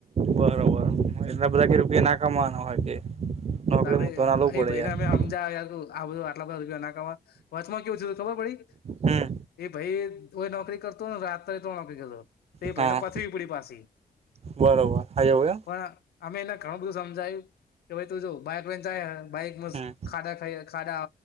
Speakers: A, on the right; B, on the left.
A: બરોબર. એટલા બધા કે રૂપિયા ના કમાવાના હોય કે નોકરી
B: તા ભાઈ
A: તો ના લવું પડે
B: એ ભાઈને
A: યાર.
B: અમે આ બધું અટલા બધા રૂપિયા નો કમાય. વચમાં કેવું થું ખબર પડી
A: હમ
B: એ ભાઈ કોય નોકરી કરતોને રાત્રે તો નોકરી કરતો. તે
A: હા
B: ભાઈને પથરી પુડી પાસી.
A: બરોબર હાવય.
B: પણ અમે એને ઘણું બધું સમજાયું કે ભાઈ તું જો બાઈક લઈને જાય હ. બાઈક વસ
A: હમ
B: ખાડા ખાઈ ખાડા